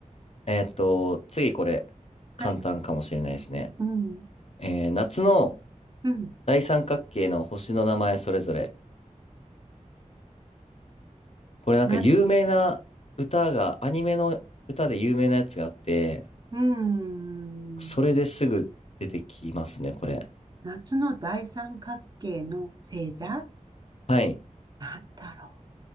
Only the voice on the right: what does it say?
はい。
うん。
うん。
な、う
ーん。
夏の大三角形の星座
なんだろ